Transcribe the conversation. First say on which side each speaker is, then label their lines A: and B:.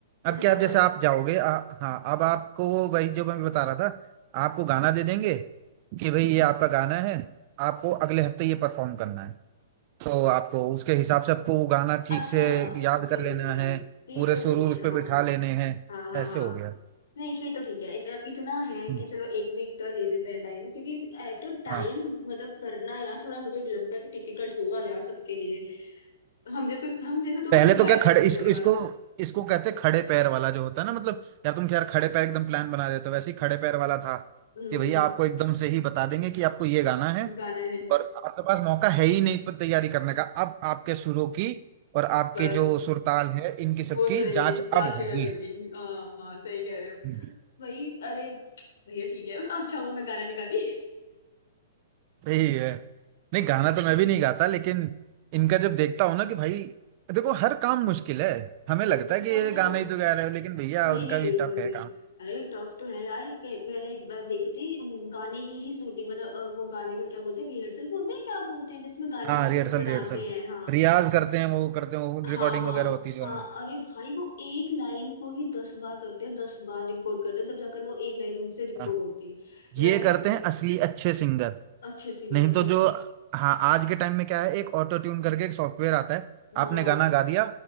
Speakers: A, on the right (about 45°); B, on the left (about 70°).
A: अब
B: अच्छा
A: क्या
B: तो
A: अब जैसे आप जाओगे आ, हाँ अब आपको वही जो मैं बता रहा था आपको गाना दे देंगे कि भाई ये आपका गाना है आपको अगले हफ्ते ये परफॉर्म करना है तो आपको उसके हिसाब से आपको वो गाना ठीक
B: अच्छा
A: से याद
B: ओके
A: कर लेना
B: ओके
A: है
B: फिर
A: पूरे
B: तो
A: सुरूर
B: ठीक है
A: उस
B: हाँ
A: पर बिठा
B: हाँ
A: लेने हैं
B: हाँ हाँ
A: ऐसे
B: हाँ
A: हो गया
B: नहीं फिर तो ठीक है इत, इतना है
A: हम्म।
B: कि चलो एक वीक का दे देते हैं टाइम क्योंकि एट अ टाइम
A: हाँ
B: मतलब करना यार थोड़ा मुझे लगता है कि डिफिकल्ट होगा यार सबके लिए हम जैसे हम जैसे तो
A: पहले
B: हो ही जा
A: तो क्या
B: ही नहीं
A: खड़े
B: सकते
A: इसको
B: पहली बात
A: इसको
B: तो
A: इसको कहते हैं खड़े पैर वाला जो होता है ना मतलब यार तुम यार खड़े पैर एकदम प्लान बना देते हो वैसे ही खड़े पैर वाला था
B: हम्म
A: कि भैया आपको एकदम से ही बता देंगे कि आपको ये गाना है
B: गाना है
A: और आपके पास मौका है ही नहीं पर तैयारी करने का अब आपके सुरों की और आपके
B: बस
A: जो सुरताल है इनकी सबकी
B: वो सुनेंगे
A: जांच
B: जांच
A: अब होगी
B: कर लगी हाँ हाँ सही कह रहे हो
A: हम्म।
B: वही अरे भैया ठीक है <laughs> अच्छा हुआ मैं गाना नहीं गाती
A: सही है नहीं गाना तो मैं भी नहीं गाता लेकिन इनका जब देखता हूँ ना कि भाई देखो हर काम मुश्किल है हमें
B: <laughs>
A: लगता है कि
B: वो
A: ये
B: तो
A: गाना ही तो गा रहे हो लेकिन भैया
B: नहीं
A: उनका
B: नहीं
A: भी
B: बिल्कुल
A: टफ है
B: भी अरे टफ तो है यार कई- मैंने एक बार देखी थी उम, गाने की ही शूटिंग मतलब अ, वो गाने का क्या बोलते हैं रिहर्सल बोलते हैं क्या बोलते हैं जिसमें गाना
A: हाँ
B: मतलब
A: रिहर्सल
B: बनाते
A: रिहर्सल
B: हैं हाँ
A: रियाज करते हैं वो करते हैं वो
B: हाँ
A: रिकॉर्डिंग
B: हाँ
A: वगैरह होती है जो
B: हाँ
A: हाँ
B: अरे भाई वो एक लाइन को ही दस बार करते हैं दस बार रिकॉर्ड करते हैं तब जाकर वो एक लाइन उनसे रिकॉर्ड
A: हाँ।
B: होती है
A: ये
B: मैं तो
A: करते हैं असली अच्छे सिंगर
B: अच्छे सिंगर
A: नहीं तो
B: हाँ
A: जो हाँ आज के टाइम में क्या है एक ऑटो ट्यून करके एक सॉफ्टवेयर आता है
B: हाँ
A: आपने
B: हाँ
A: गाना गा दिया